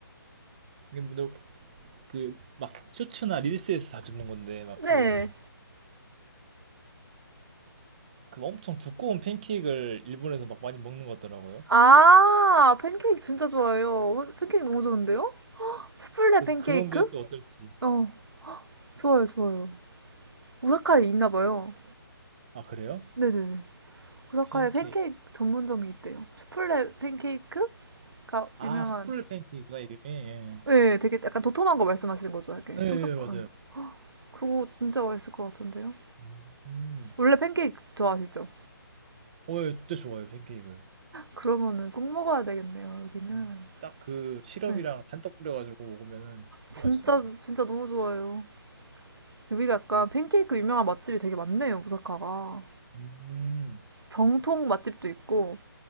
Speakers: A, on the right; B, on the right.
A: 이게 근데 그, 막, 쇼츠나 릴스에서 자주 본 건데, 막 그,
B: 네.
A: 그 엄청 두꺼운 팬케이크를 일본에서 막 많이 먹는 것 같더라고요.
B: 아, 팬케이크 진짜 좋아요. 팬케이크 너무 좋은데요? 수플레
A: 그래서
B: 팬케이크?
A: 그런 게 또 어떨지.
B: 어, 좋아요, 좋아요. 오사카에 있나 봐요.
A: 아, 그래요?
B: 네네네. 오사카에
A: 팬케이크.
B: 팬케이크 전문점이 있대요. 수플레 팬케이크가
A: 아,
B: 유명한,
A: 수플레 팬케이크구나, 이름이. 예.
B: 네, 되게 약간 도톰한 거 말씀하시는 거죠, 이렇게.
A: 네,
B: 촉촉한.
A: 예, 맞아요.
B: 네. 그거 진짜 맛있을 것 같은데요?
A: 음, 음,
B: 원래 팬케이크 좋아하시죠?
A: 어, 예, 진짜 좋아요, 팬케이크를.
B: 그러면은 꼭 먹어야 되겠네요, 여기는.
A: 음. 딱 그 시럽이랑
B: 네.
A: 잔뜩 뿌려가지고 먹으면은 진짜
B: 진짜,
A: 맛있잖아요.
B: 진짜 너무 좋아요. 여기가 약간 팬케이크 유명한 맛집이 되게 많네요, 오사카가.
A: 음,
B: 정통 맛집도 있고,